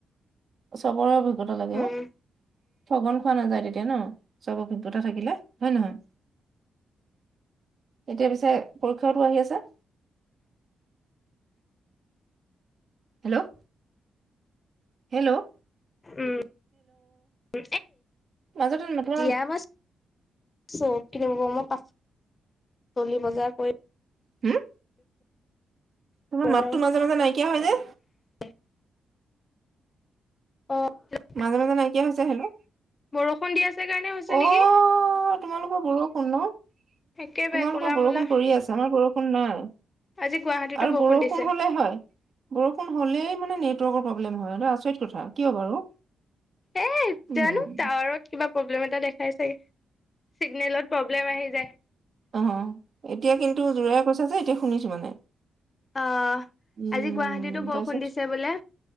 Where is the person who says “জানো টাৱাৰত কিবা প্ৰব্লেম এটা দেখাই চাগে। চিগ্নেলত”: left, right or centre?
Left